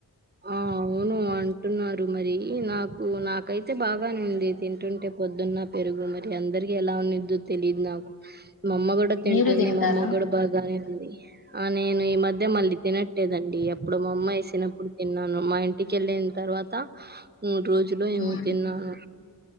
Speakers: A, on the right; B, on the left.
A: ఆ అవును అంటున్నారు మరి నాకు నాకైతే బాగానే ఉంది తింటుంటే పొద్దున్న పెరుగు మరి అందరికి ఎలా ఉనిద్దో తెలిదు నాకు మా అమ్మ కూడా తింటుంది
B: మీరు తింటారా
A: మా అమ్మ కూడా బాగానే ఉంది ఆ నేను ఈ మధ్య మళ్ళీ తినట్ లేదండి ఎప్పుడు మా అమ్మేసినప్పుడు తిన్నాను మా ఇంటి కెళ్ళిన్ తర్వాత మూడు రోజులో ఏమో
B: మ్మ్
A: తిన్నాను